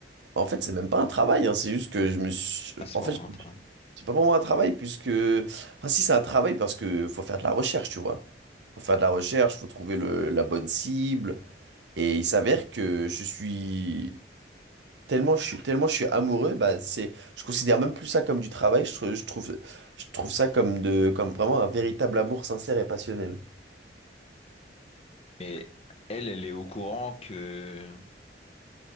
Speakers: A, on the right; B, on the left.
A: En fait, c'est même pas un travail, hein, c'est juste que je me suis...
B: Ah, c'est
A: En
B: pas
A: fait,
B: vraiment t'as rien.
A: c'est pas vraiment un travail, puisque... Enfin, si, c'est un travail, parce que faut faire de la recherche, tu vois. Faut faire de la recherche, faut trouver le, la bonne cible. Et il s'avère que je suis... Tellement je suis, tellement je suis amoureux, bah c'est, je considère même plus ça comme du travail, je, trou- je trouve, je trouve ça comme de, comme vraiment un véritable amour sincère et passionnel.
B: Et elle, elle est au courant que